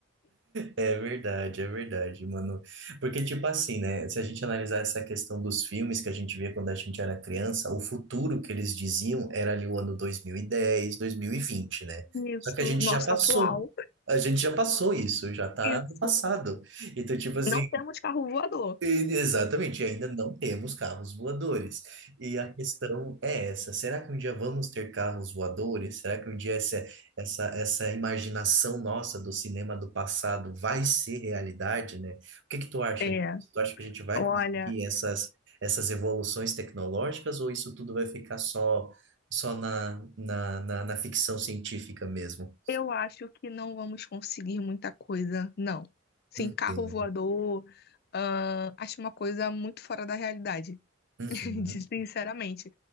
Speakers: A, on the right (about 60°); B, on the left (about 50°).
A: É verdade, é verdade, mano. Porque, tipo assim, né? Se a gente analisar essa questão dos filmes que a gente via quando a gente era criança, o futuro que eles diziam era ali o ano dois dois mil mil e dez, dois mil e vinte, né?
B: Isso,
A: Só que a gente
B: nosso
A: já passou.
B: atual,
A: A gente já passou isso, já tá
B: isso.
A: no passado. Então, tipo assim,
B: Não temos carro voador.
A: e- Exatamente, e ainda não temos carros voadores. E a questão é essa: será que um dia vamos ter carros voadores? Será que um dia essa, essa, essa imaginação nossa do cinema do passado vai ser realidade, né? O que que tu acha?
B: É,
A: Tu acha que a gente vai
B: olha.
A: conseguir essas, essas evoluções tecnológicas ou isso tudo vai ficar só, só na, na, na, na ficção científica mesmo?
B: Eu acho que não vamos conseguir muita coisa, não. Sim,
A: Entendo.
B: carro voador, ahn, acho uma coisa muito fora da realidade,
A: Uhum.
B: <laughs> de- sinceramente.